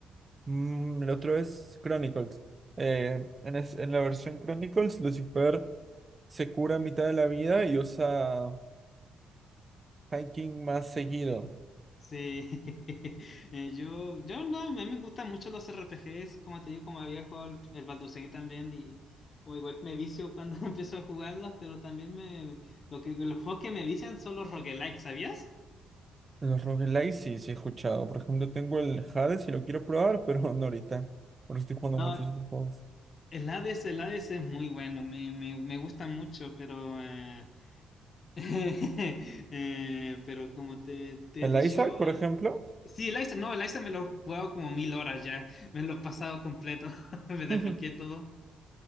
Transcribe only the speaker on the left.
Sí, sí. Sí, <laughs> Eh, yo, yo no, a mí me gustan mucho los RPGs, como te digo, como había jugado el el Baldur's Gate también, y como igual que me vicio cuando <laughs> empiezo a jugarlos, pero también me, lo que, los juegos que me vician son los roguelikes, ¿sabías?
No,
el Hades, el Hades es muy bueno, me, me, me gusta mucho, pero, eh, <laughs> eh, pero como te, te
he dicho,
eh,
sí, el Isaac, no, el Isaac me lo he jugado como mil horas ya, me lo he pasado completo, <laughs> me
desbloqueé todo.